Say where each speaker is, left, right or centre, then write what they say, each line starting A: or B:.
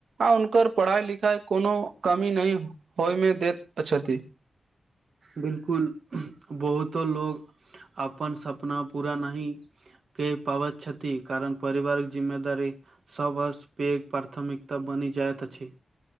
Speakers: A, on the right; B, on the right.
A: आ हुनकर पढ़ाइ लिखाइ कोनो कमी नहि होइमे दैत छथि
B: बिलकुल बहुतो लोग अपन सपना पूरा नहीं कऽ पाब छती कारण परिवारिक जिम्मेदारी सभसँ पैघ प्राथमिकता बनि जाइत अछि